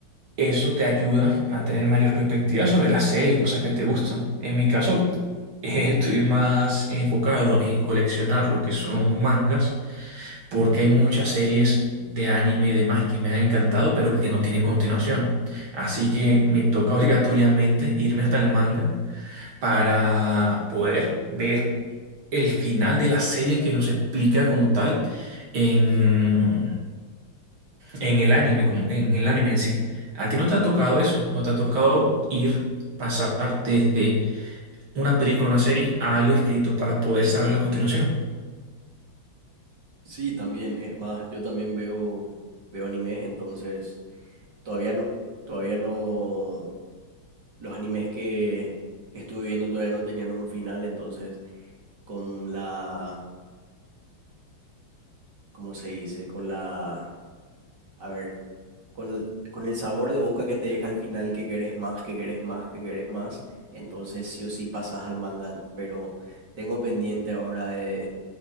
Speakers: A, on the right (about 80°); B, on the right (about 55°).
A: eso te ayuda a tener mayor perspectiva sobre las series, cosas que te gustan. En mi caso, <laughs> eh, estoy más enfocado en coleccionar lo que son mangas porque hay muchas series de anime y demás que me han encantado pero que no tienen continuación. Así que me toca obligatoriamente irme hasta el manga para poder ver el final de la serie que nos explica como tal en en el anime, como en el anime en sí. ¿A ti no te ha tocado eso? ¿No te ha tocado ir, pasar desde una película, una serie, a algo escrito para poder saber la continuación?
B: Sí, también. Es más, yo también veo, veo animes, entonces todavía no, todavía no, los animes que, que estuve viendo todavía no tenían un final, entonces con la, ¿cómo se dice? Con la, a ver, con, el- con el sabor de boca que te deja al final, que querés más, que querés más, que querés más, entonces sí o sí pasas al manga, pero tengo pendiente ahora de,